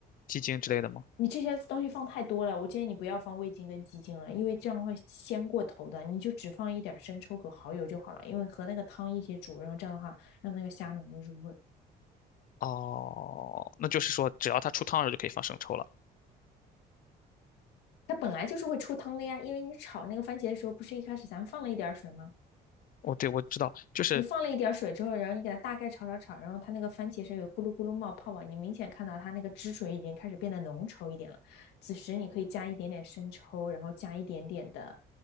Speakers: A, on the left; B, on the left.
A: 鸡精之类的吗？
B: 你这些东西放太多了，我建议你不要放味精跟鸡精了，因为这样会鲜过头的。你就只放一点生抽和蚝油就好了，因为和那个汤一起煮，然后这样的话让那个虾能够入味儿。
A: 哦，那就是说只要它出汤的时候就可以放生抽了。
B: 它本来就是会出汤的呀，因为你炒那个番茄的时候，不是一开始咱们放了一点水吗？
A: 哦，对，我知道，就是
B: 你放了一点水之后，然后你给它大概炒炒炒，然后它那个番茄是有咕噜咕噜冒泡泡，你明显看到它那个汁水已经开始变得浓稠一点了。此时你可以加一点点生抽，然后加一点点的